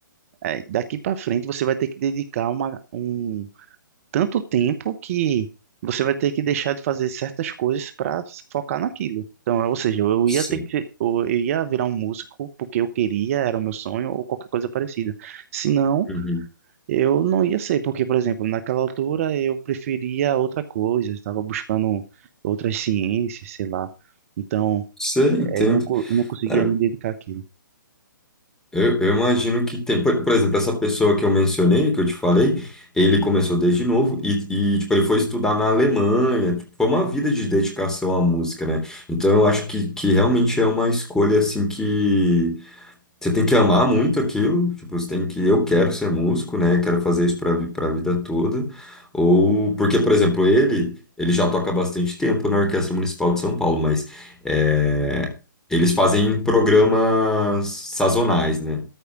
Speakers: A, on the right; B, in the centre.
A: eh, daqui para frente você vai ter que dedicar uma, um tanto tempo que você vai ter que deixar de fazer certas coisas para focar naquilo. Então, ou seja, eu
B: sei.
A: ia ter que, eu ia virar um músico porque eu queria, era o meu sonho ou qualquer coisa parecida. Senão,
B: Uhum.
A: eu não ia ser, porque, por exemplo, naquela altura eu preferia outra coisa, eu estava buscando outras ciências, sei lá. Então,
B: Sei, entendo.
A: eh, eu não, co- eu não conseguia
B: Cara,
A: me dedicar àquilo.
B: eu, eu imagino que tem. Por, por exemplo, essa pessoa que eu mencionei, que eu te falei, ele começou desde novo e, e, tipo, ele foi estudar na Alemanha. Tipo, foi uma vida de dedicação à música, né? Então eu acho que, que realmente é uma escolha assim que. Você tem que amar muito aquilo, tipo, você tem que, eu quero ser músico, né? Quero fazer isso para para a vida toda. Ou porque, por exemplo, ele, ele já toca há bastante tempo na Orquestra Municipal de São Paulo, mas é, eles fazem programas sazonais, né?